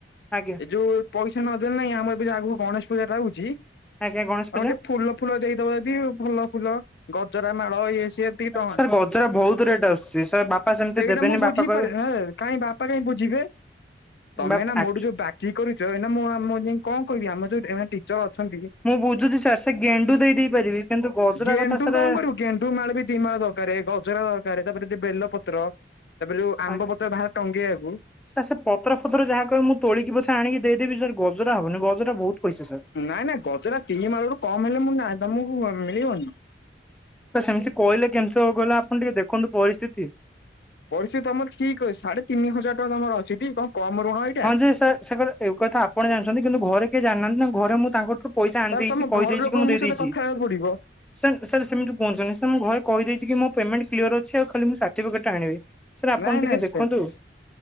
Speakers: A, in the centre; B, on the left.
A: ଆଜ୍ଞା।
B: ଏ ଯୋଉ ପଇସା ନ ଦେଲେ ନାଇଁ ଆମର ଏବେ ଆଗକୁ ଗଣେଶ ପୂଜାଟା ଆଉଚି।
A: ଆଜ୍ଞା ଗଣେଶ
B: ହଁ
A: ପୂଜା।
B: ଟିକେ ଫୁଲ ଫୁଲ ଦେଇଦବ ଯଦି ଭଲ ଫୁଲ। ଗଜରା ମାଳ ଇଏ ସିଏ ଦି ଟଙ୍କା
A: ସାର୍ ଗଜରା ବହୁତ ରେଟ୍ ଆସୁଛି ସାର୍ ବାପା ସେମିତି
B: ସେଇଟା
A: ଦେବେନି
B: ମୁଁ ବୁଝିପାରେ
A: ବାପା କହିବେ
B: କାଇଁ ବାପା କାହିଁ ବୁଝିବେ ତମେ
A: ବାପା
B: ନା
A: ଆକ୍
B: ମୋଠୁ ଯୋଉ ବାକି କରିଚ ଏଇନା ମୁଁ ଆମ ଯାଇ କଣ କହିବି ଆମ ଯୋଉ <unintelligible> ଏ ଟିଚର ଅଛନ୍ତି କି।
A: ମୁଁ ବୁଝୁଛି ସାର୍ ସେ ଗେଣ୍ଡୁ ଦେଇ ଦେଇ ପାରିବି କିନ୍ତୁ ଗଜରା
B: ଗେଣ୍ଡୁ
A: କଥା ସାର୍।
B: କଣ କରିବୁ ଗେଣ୍ଡୁ ମାଳ ବି ଦି ମାଳ ଦରକାର ଗଜରା ଦରକାର ତାପରେ ଦ ବେଲ ପତ୍ର। ତାପରେ ଯୋଉ ଆମ୍ବ
A: ଆଜ୍ଞା।
B: ପତ୍ର ବାହାରେ ଟଙ୍ଗେଇବାକୁ।
A: ସାର୍ ସେ ପତର ଫଥର ଯାହା କହିବେ ମୁଁ ତୋଳିକି ପଛେ ଆଣିକି ଦେଇଦେବି ସାର୍ ଗଜରା ହବନି ଗଜରା ବହୁତ ପଇସା ସାର୍।
B: ନାଇଁ ନାଇଁ ଗଜରା ଦି ମାଳରୁ କମ୍ ହେଲେ ମୁଁ ନା ତମକୁ ମିଳିବନି।
A: ସାର୍ ସେମିତି କହିଲେ କେମିତି ହେବ କହିଲ ଆପଣ ଟିକେ ଦେଖନ୍ତୁ ପରିସ୍ଥିତି।
B: ପଇସା ତମର ଠିକ ଅଛି ସାଢେ ତିନି ହଜାର ଟଙ୍କା ତମର ଅଛିଟି କଣ କମ ଋଣ ଏଇଟା।
A: ସେ ସାର୍ ସେ କଥା। ଏଇ କଥା ଆପଣ ଜାଣିଛନ୍ତି କିନ୍ତୁ ଘରେ କିଏ ଜାଣିନାହାନ୍ତି ନା ଘରେ ମୁଁ ତାଙ୍କଠୁ ପଇସା ଆଣି
B: ତାହେଲେ
A: ଦେଇଛି
B: ତମ
A: କହିଦେଇଛି
B: ଘର ଲୋକଙ୍କ
A: କି ମୁଁ
B: ମୋ
A: ଦେଇ
B: ସହିତ
A: ଦେଇଛି।
B: କଥା ହେବାକୁ ପଡିବ
A: ସାର୍ ସାର୍ ସେମିତି କୁହନ୍ତୁନି ସାର ମୁଁ ଘରେ କହିଦେଇଛି କି ମୋ ପେମେଣ୍ଟ କ୍ଲିଅର ଅଛି ଆଉ ଖାଲି ମୁଁ ସାର୍ଟିଫିକେଟ୍ ଆଣିବି। ସାର୍ ଆପଣ
B: ନାଇଁ
A: ଟିକେ
B: ନାଇଁ
A: ଦେଖନ୍ତୁ।
B: ସେମ